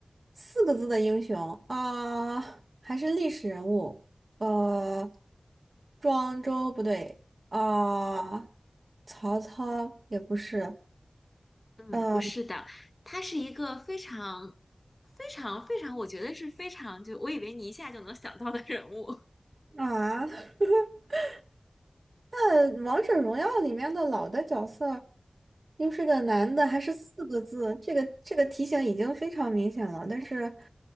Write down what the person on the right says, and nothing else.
四个字的英雄啊，还是历史人物，呃，庄周不对啊，曹操也不是，
呃
啊，<laughs> 那王者荣耀里面的老的角色，又是个男的，还是四个字，这个这个题型已经非常明显了，但是，